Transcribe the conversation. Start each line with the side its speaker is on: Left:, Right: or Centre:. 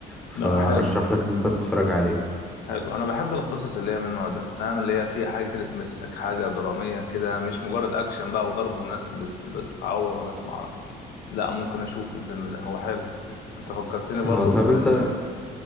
Centre: فرشح
Left: لا حلو
Centre: لك ان انت تتفرج عليه
Left: حلو انا بحب القصص اللي هي من النوع ده فاهم اللي هي فيها حاجه كده تمسك حاجه دراميه كده مش مجرد اكشن بقى وضرب وناس بت... بتتعور وناس معرف لا ممكن اشوف الفيلم ده هو حلو انت فكرتني برضو
Centre: اه طب
Left: بفيلم
Centre: انت